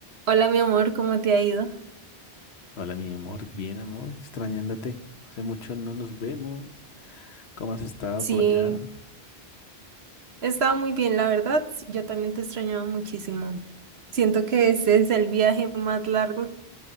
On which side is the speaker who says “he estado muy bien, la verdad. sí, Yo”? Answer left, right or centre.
Right